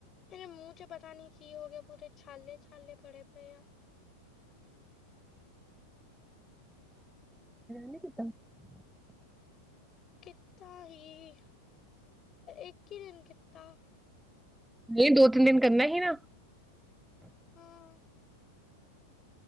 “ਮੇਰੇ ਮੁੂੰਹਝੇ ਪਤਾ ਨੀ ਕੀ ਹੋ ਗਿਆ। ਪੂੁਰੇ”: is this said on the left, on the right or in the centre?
Left